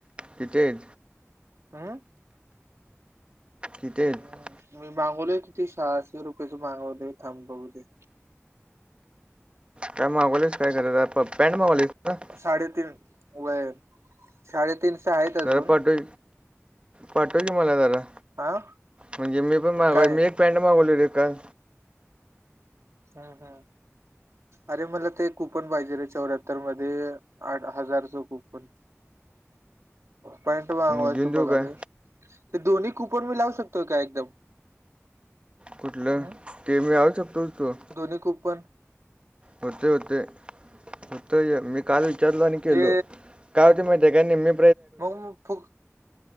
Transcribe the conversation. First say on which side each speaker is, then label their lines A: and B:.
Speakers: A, on the right; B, on the right.
A: किती आहेत
B: अम्म?
A: किती आहेत
B: हम्म मी मागवलेत किती सहाशे रुपयेच मागवले थांब बघू दे.
A: काय मगवलेस काय <unintelligible> आप पॅट मागवलीस का?
B: साडेतीन व्हय साडेतीनशे आहेत
A: जरा
B: अजून.
A: पाठव पाठव की मला जरा,
B: हा
A: म्हणजे मी पण मागवाय
B: काय
A: मी एक पॅन्ट मागवली काल.
B: हम्म हम्म अरे मला ते कूपन पाहिजे रे चौऱ्याहत्तर मध्ये आठ हजारच कूपन. पॅट मागवायचं
A: मग घेऊन देऊ
B: बघालोय,
A: काय
B: ते दोन्ही कुपन मी लावू शकतोय का एकदम?
A: कुठलं
B: हम्म
A: ते मी आ शकतो तो?
B: दोन्ही कूपन.
A: होते होते होते की मी काल विचारलो आणि केलो.
B: ते
A: काय होती माहितीे का निम्मे
B: बघू फुक,